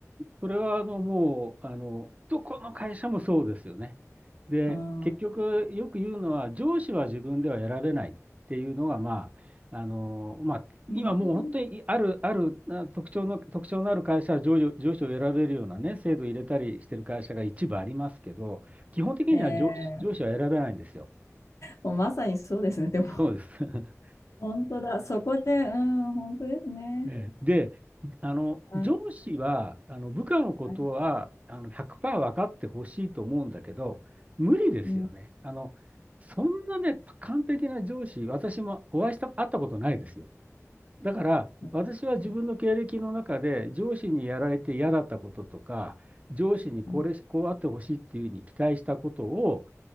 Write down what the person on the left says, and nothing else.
うん。う
ん
ええ
もうまさにそうですね。でも、
本当だ。そこで、うん、本当ですね。
はい、
はい。
うん、
う
ん、
うん、